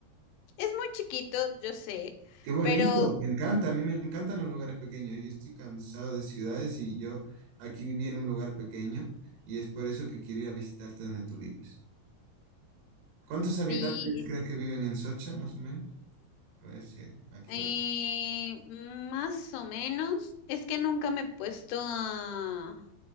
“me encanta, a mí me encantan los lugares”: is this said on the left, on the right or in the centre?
Right